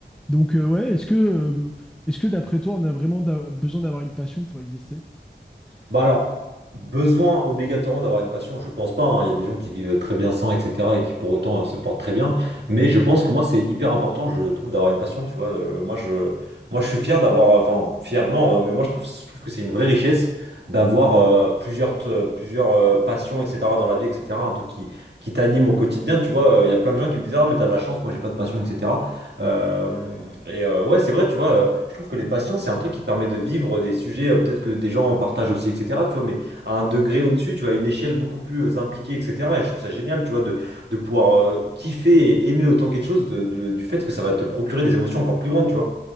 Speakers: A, in the centre; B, on the right.
A: Donc, euh, ouais, est-ce que, euh, est-ce que d'après toi, on a vraiment d'a- besoin d'avoir une passion pour exister?
B: Bah alors, besoin obligatoirement d'avoir une passion, je pense pas. hein. Il y a des gens qui vivent très bien sans, etc. et qui pour autant euh, se portent très bien. Mais je pense que moi, c'est hyper important, je trouve, d'avoir une passion. Tu vois, Euh, moi, je, moi, je suis fier d'avoir, enfin, fier, non, euh, mais moi, je trouve, je trouve que c'est une vraie richesse d'avoir euh, plusieurs, t- plusieurs euh, passions, etc. dans la vie, etc. Un truc qui, qui t'anime au quotidien. Tu vois, Euh, il y a plein de gens qui me disent, ah, mais t'as de la chance, moi, j'ai pas de passion, etc. Euh, et euh, ouais, c'est vrai, tu vois, euh, je trouve que les passions, c'est un truc qui te permet de vivre des sujets, euh, peut-être que des gens partagent aussi, etc. Tu vois, mais à un degré au-dessus, tu vois, à une échelle beaucoup plus euh, impliquée, etc. Et je trouve ça génial, tu vois, de, de pouvoir euh, kiffer et aimer autant quelque chose de- de- du fait que ça va te procurer des émotions encore plus grandes, tu vois.